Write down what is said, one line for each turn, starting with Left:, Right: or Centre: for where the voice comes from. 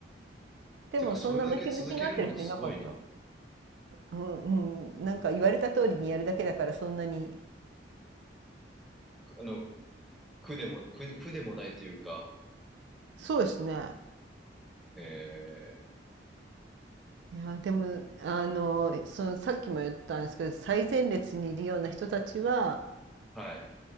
Right: でもそんなムキムキになってる人いなかった
Centre: てか、それだけ続けるのがすごいな。
Right: うんうんなんか言われた通りにやるだけだからそんなに
Centre: あの、苦でも、苦で、苦でもないというか、
Right: そうですね
Centre: ええ
Right: いやでもあのそのさっきも言ったんですけど最前列にいるような人たちは
Centre: はい。